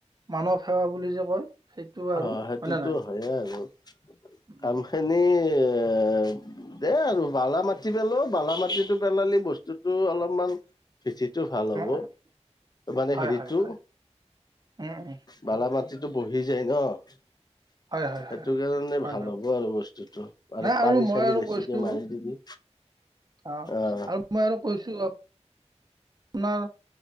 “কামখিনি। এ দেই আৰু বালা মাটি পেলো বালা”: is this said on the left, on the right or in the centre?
Left